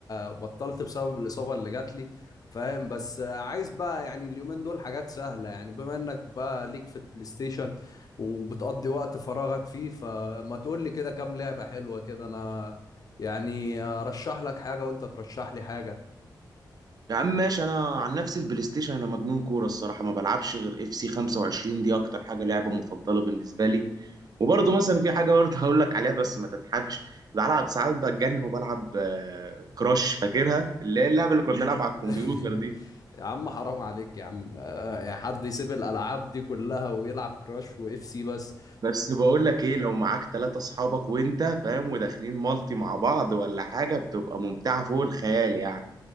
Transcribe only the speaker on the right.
يا عم ماشي انا عن نفسي البلاي ستيشن انا مجنون كورة الصراحة ما بلعبش غير اف سي 25 دي اكتر حاجة لعبة مفضلة بالنسبة لي وبرضه مثلا في حاجه برضه هقول لك عليها بس ما تضحكش بلعب ساعات بتجنن وبلعب آه، كراش فاكرها اللي هي اللعبه اللي كنا بنلعب على الكمبيوتر
دي
بس بقول لك ايه لو معاك ثلاثة اصحابك وانت فاهم وداخلين مالتي مع بعض ولا حاجه بتبقى ممتعه فوق الخيال يعني